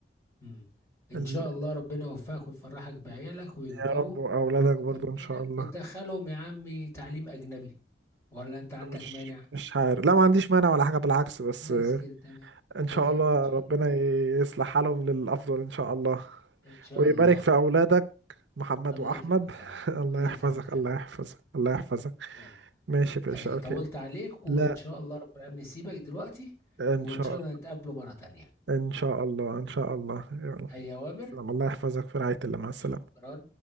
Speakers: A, on the left; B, on the right.
A: مم. ان
B: ال-
A: شاء الله ربنا يوفقك ويفرحك بعيالك ويكبروا
B: يا رب واولادك
A: قدام
B: برضو ان
A: عينك
B: شاء الله
A: وتدخلهم يا عمي تعليم اجنبي ولا انت عندك
B: مش
A: مانع
B: مش عارف لا ما عنديش مانع ولا حاجه بالعكس بس
A: بس كده تمام
B: ان شاء
A: تمام
B: الله
A: ان شاء
B: ربنا
A: الله
B: يصلح حالهم للافضل ان شاء الله
A: ان شاء
B: ويبارك
A: الله
B: في اولادك محمد
A: الله
B: واحمد
A: يكرمك حبيبي
B: <laughs> الله
A: الله
B: يحفظك
A: يكرمك حبيبي
B: الله يحفظك الله يحفظك
A: يلا
B: ماشي يا باشا
A: آه،
B: اوكي
A: طولت عليك وإن
B: لا
A: شاء الله رب العالمين سيبك دلوقتي
B: ان
A: وإن
B: شاء
A: شاء
B: الله
A: الله نتقابله مرة تانية
B: ان شاء الله ان شاء الله يلا
A: أي أوامر
B: سلام الله يحفظك في رعاية الله مع السلامة
A: شكرا